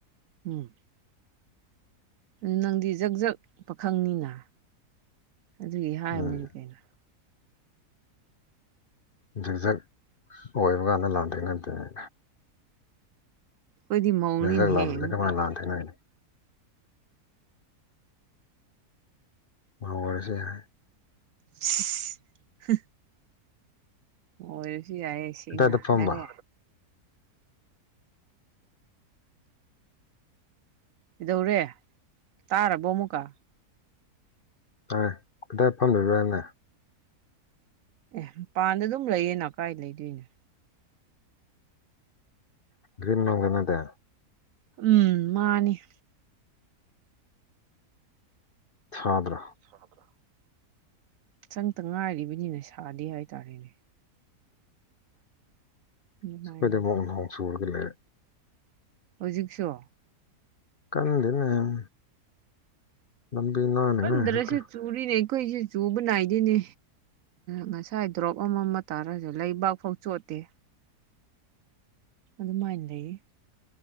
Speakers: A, on the right; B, on the left.
A: ꯎꯝ ꯎꯝ ꯅꯪꯗꯤ ꯖꯛ ꯖꯛ ꯄꯥꯈꯪꯅꯤꯅ ꯑꯗꯨꯒꯤ ꯍꯥꯏꯔꯕꯅꯤꯅ
B: ꯎꯝ
A: ꯀꯩꯅꯣ
B: ꯖꯛꯖꯛ ꯑꯣꯏꯕ ꯀꯥꯟꯗ ꯂꯥꯜꯊ‌ꯦꯡꯅꯗ‍ꯦ
A: ꯑꯩꯈꯣꯏꯗꯤ ꯃꯧꯅꯤꯅꯦꯍꯦ
B: ꯖꯛ ꯖꯛꯂꯎꯍꯟꯂꯗꯤ
A: ꯑꯃꯨꯛꯀ
B: ꯀꯃꯥꯏꯅ ꯂꯥꯟ ꯊꯦꯡꯅꯒꯅꯤ ꯃꯧ ꯑꯣꯏꯔꯁꯨ ꯌꯥꯏ
A: ꯁꯤꯁꯁ ꯑꯣꯏꯔꯁꯨ ꯌꯥꯏꯌꯦ ꯁ‌ꯦꯡꯅ
B: ꯀꯗꯥꯏꯗ ꯐꯝꯕ
A: ꯌꯥꯔꯦ ꯀꯗꯧꯔꯦ ꯇꯥꯔꯕꯣ ꯑꯃꯨꯛꯀ
B: ꯇꯥꯏ ꯀꯗꯥꯏ ꯐꯝꯃꯤꯔꯥꯅꯦ
A: ꯑꯦ ꯃꯄꯥꯟꯗ ꯑꯗꯨꯝ ꯂꯩꯌꯦꯅ ꯀꯥꯏ ꯂꯩꯗꯣꯏꯅꯣ
B: ꯒ꯭ꯔꯤꯝ ꯅꯧ ꯂꯩꯅꯗ‌ꯦ
A: ꯎꯝ ꯃꯥꯅꯤ
B: ꯁꯥꯗ꯭ꯔ
A: ꯁꯗ꯭ꯔꯥ ꯆꯪꯇ ꯉꯥꯏꯔꯤꯕꯅꯤꯅ ꯁꯥꯗꯦ ꯍꯥꯏꯇꯥꯔꯦꯅꯦ ꯑꯗꯨꯃꯥꯏꯅꯅꯤ
B: ꯑꯁ ꯑꯩꯈꯣꯏꯗ ꯅ‌ꯣꯡ ꯅꯍ‍ꯣꯡ ꯁꯨꯨꯔꯒ ꯂꯩꯔ‍ꯦ
A: ꯍꯧꯖꯤꯛꯁꯨ
B: ꯀꯟꯗ‌ꯦꯅ‌ꯦ ꯂꯝꯕꯤ ꯅ‌ꯣꯏꯅ
A: ꯀꯟꯗ꯭ꯔꯁꯨ
B: ꯈ꯭ꯔ ꯍ‌ꯦꯟꯂꯛꯇꯧ
A: ꯆꯨꯔꯤꯅꯦ ꯑꯩꯈꯣꯏꯁꯤ ꯆꯨꯕ ꯅꯥꯏꯗꯅꯦ ꯉꯁꯥꯏ ꯗ꯭ꯔꯣꯞ ꯑꯃꯃ ꯇꯥꯔꯁꯨ ꯂꯩꯕꯥꯛꯐꯥꯎ ꯆꯣꯠꯇꯦ ꯑꯗꯨꯃꯥꯏꯅ ꯂꯩꯌꯦ